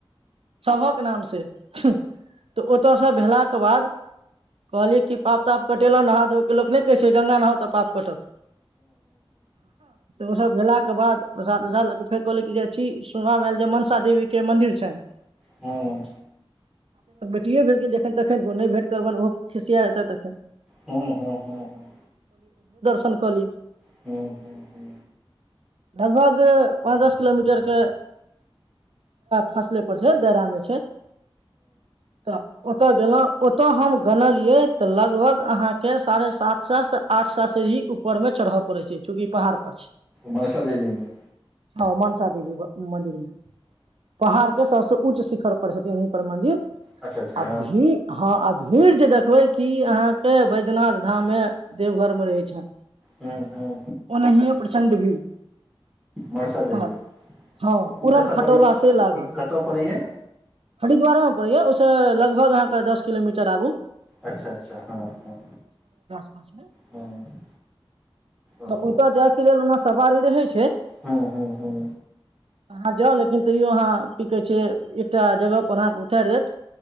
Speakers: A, on the right; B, in the centre.
A: सभक नाम से तऽ ओतऽ सब भेला के बाद कहलिय कि पाप ताप कटेलहु नहा धो के। के लोक नहि कहै छै गंगा नहाऊ तऽ पाप कटत। तऽ ओ सब भेलाके बाद प्रसाद उसाद फेर कहली जे जा छी सुनबामे आयल जे मनसा देवी के मंदिर छैय।
B: हूँ।
A: कओ भेलखिन जखन तखन नहि भेटबनि ओहो खिसिया जेतै तखन
B: हू हू ह ह
A: संनकली
B: ह्म ह्म ह
A: लगभग पाँच दस किलोमीटर के फासले पर छैय दायरा मे छैय। तऽ ओतऽ गेलहँ। ओतो हम गन लिये ते लगभग अहाँ के साढ़े सात स से आठ स से ही ऊपर में चढ़ऽ पड़े छै चूँकि पहाड़ पर छै
B: मनषा देवीमे
A: हँ मनसा देवी मंदिर मे पहाड़ के सबसे उच्च शिखर पर छथिन हुनकर मंदिर
B: अच्छा अच्छा
A: अभी हँ अभ भीड़ जे देखबे की अहाँ के बैद्यनाथ धाम मे देवघर में रहे छ
B: हँ
A: ओनाए प्रचं्ड भी
B: मनसा देवी
A: हा हा
B: ई
A: उड़नखटोला
B: कतऽ पड़ै
A: सेहो लागत
B: ई कतऽ पड़ैया
A: हरिद्वारे मे पडइये उस
B: अच्छा
A: लगभग अहाँक दस किलोमीटर आगू
B: अच्छा अच्छा हँ हँ
A: पचमे <unintelligible>
B: हँ ओ
A: ओतऽ जायके लेल ओ सवारी रहै छै
B: हूँ हूँ हूँ
A: अहाँ जाउ लेकिन तैयो अहाँ की कहै एकटा जगह पर अहाँ उतारि देत